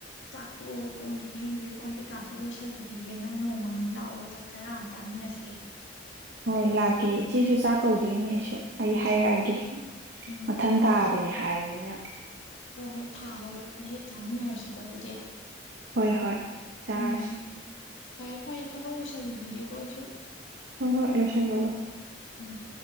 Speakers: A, on the left; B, on the right.
A: ꯆꯥꯛꯇꯣꯛꯑꯒ ꯀꯣꯟꯁꯨ ꯐꯦꯡꯗ꯭ꯔꯦ ꯀꯣꯟ ꯀꯩꯀꯥꯁꯨ ꯂꯣꯏꯁꯜꯂꯨꯈꯤꯒꯦ ꯅꯪ ꯅꯣꯡꯃꯝ ꯂꯥꯛꯑꯣ ꯆꯥꯛ ꯆꯔꯥ ꯑꯃ ꯆꯥꯃꯤꯟꯅꯁꯦ
B: ꯍꯣꯏ ꯂꯥꯛꯀꯦ ꯏꯆꯦꯁꯨ ꯆꯥꯛ ꯀꯧꯗꯣꯏꯅꯦ ꯑꯩꯁꯨ ꯑꯩ ꯍꯥꯏꯔꯛꯑꯒꯦ
A: ꯎꯝ
B: ꯃꯊꯪ
A: ꯎꯝ
B: ꯇꯥꯗꯅꯦ ꯍꯥꯏꯔꯕꯅꯤꯅ
A: ꯍꯣꯏ ꯍꯣꯏ ꯊꯥ ꯍꯧꯒꯠꯂꯛꯄꯗ ꯍꯦꯛ ꯆꯥꯃꯤꯟꯅꯔꯁꯤꯀꯣ ꯑꯗꯨꯗꯤ
B: ꯍꯣꯏ ꯍꯣꯏ ꯆꯥꯁ
A: ꯎꯝ ꯐꯔꯦ ꯐꯔꯦ ꯊꯕꯛ ꯂꯣꯏꯁꯜꯂꯨꯈꯤꯒꯦꯀꯣ ꯑꯩꯁꯨ
B: ꯍ ꯍ ꯂꯁꯟ ꯂꯕ
A: ꯎꯝ